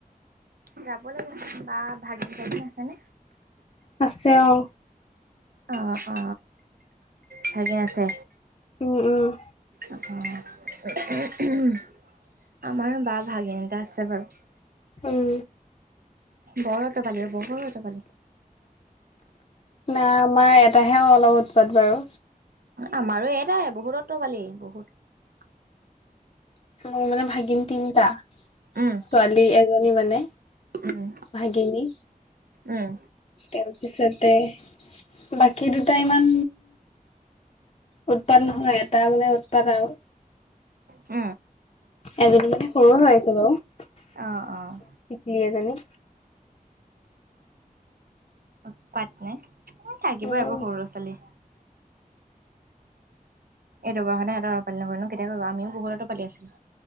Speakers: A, on the right; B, on the left.
A: অ যাব লাগিব বা ভাগিন ভাগিন আছেনে?
B: আছে অ
A: অ অ ভাকে আছে
B: উম উম
A: আমাৰো বা ভাগিন এটা আছে বাৰু
B: উম
A: ব অতপালি অ বহু অতপালি
B: না আমাৰ এটাহে অলপ উৎপাত বাৰু
A: আমাৰো এটাই বহুত অতপালি বহুত
B: মো মানে ভাগিন তিনিটা
A: উম,
B: ছোৱালী এক এজনী মানে
A: উম,
B: ভাগিনী
A: উম,
B: তাৰ পিছতে বাকী দুটা ইমান উৎপাত নহয় এটা মানে উৎপাত আৰু
A: উ
B: এজনী মানে সৰু হৈ আছে বাৰু টিকলি
A: অ', অ',
B: এজনী
A: উৎপাট নেে? উ থাকিবই
B: উম
A: এবোৰ সৰু'লৰা ছোৱালী এই দুবাহতে এটা লৰা ছোৱালী নহয়নো কেতিয়া কৰিব আমিও বহুতো পালি আছিলো